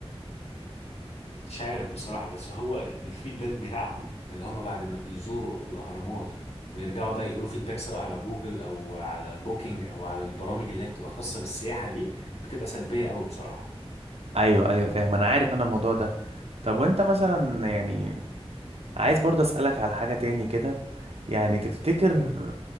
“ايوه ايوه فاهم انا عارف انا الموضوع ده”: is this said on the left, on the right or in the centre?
Right